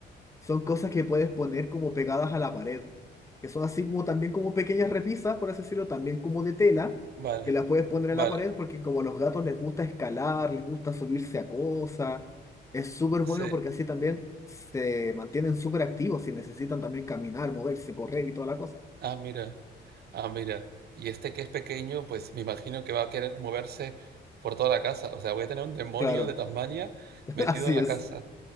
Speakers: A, on the left; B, on the right.
A: son cosas que puedes poner como pegadas a la pared, que son así como también como pequeñas repisas, por así decirlo, también como de tela,
B: Vale.
A: que las puedes poner
B: Vale.
A: a la pared porque como a los gatos les gusta escalar, les gusta subirse a cosas, es súper bueno
B: Sí.
A: porque así también se mantienen súper activos y necesitan también caminar, moverse, correr y toda la cosa.
B: Ah, mira. Ah, mira. Y este que es pequeño, pues me imagino que va a querer moverse por toda la casa. O sea, voy a tener un demonio
A: Claro,
B: de Tasmania
A: <laughs>
B: metido
A: así
B: en la
A: es.
B: casa.